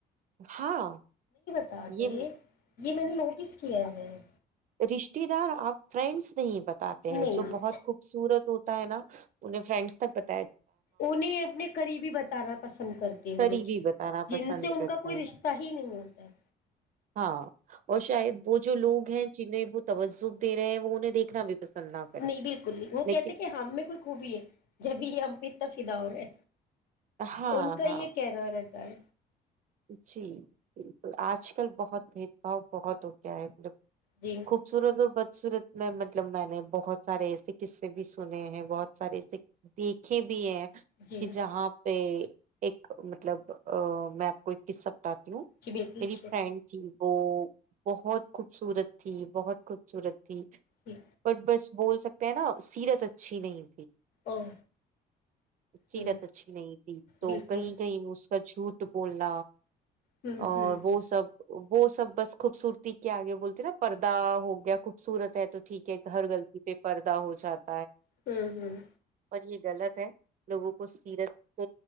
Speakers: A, on the right; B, on the left.
A: ہاں
B: آتے
A: یہ
B: یہ میں نے نوٹس کیا کیا جائے
A: رشتے دار آپ فرینڈس نہیں بت آتے
B: نہیں
A: ہیں جو
B: نہیں
A: بہت خوبصورت ہو ہے نا پنے فرینڈس تک ب
B: انہیں اپنے قریبی بتانا پسند کرتے ہیں
A: قریبی
B: وہ لوگ
A: بتانا
B: جن
A: پسند
B: سے ان
A: کرتے
B: کا کوئی
A: ہیں
B: رشتہ ہی نہیں ہوتا ہے
A: ہاں اور شاید وہ جو لوگ ہیں جنہیں وہ توجب دے رہے ہیں وہ انہیں دیکھنا بھی پسند نہ کریں
B: نہیں بالکل نہیں وہ
A: لیکن
B: کہتے کہ ہم میں کوئی خوبی ہے جبھی یہ ہم پ تفیدا ہو ہے
A: ہاں
B: ان کا
A: ہاں
B: یہ کہ رہا سار
A: جی بالکل آج کل بہت بھید باؤ بہت ہو گیا ہے مطلب
B: جی
A: خوبصورت اور ب سورۃ میں مطلب میں نے بہت سارے ایسے قصے بھی سنے ہیں بہت سارے دیکھے بھی ہیں
B: جی
A: کہ جہاں پہ ایک مطلب ا میں کوئی کس سبتا
B: جی بالکل
A: میری
B: جی
A: فرینڈ تھی وہ بہت خوبصورت تھی بہت خوبصورت ٹ
B: جی
A: اور بس بول سکتے ہیں نا سیرت اچھی نہیں
B: او
A: سیرت
B: ہ
A: اچھی نہیں تھی تو
B: بالکل
A: کہیں کہیں اس چھوٹ ب ل
B: ہ
A: اور
B: ہ
A: وہ
B: ہ
A: سب وہ سب بس خوبصورتی کے آگے بولتے نا پردہ ہو گیا خوبصورت تو ٹھیک ہے ہر غطی پہ پردا ہو جات
B: ہوں ہوں
A: اور یہ غلط ہے لوگوں کو سیرت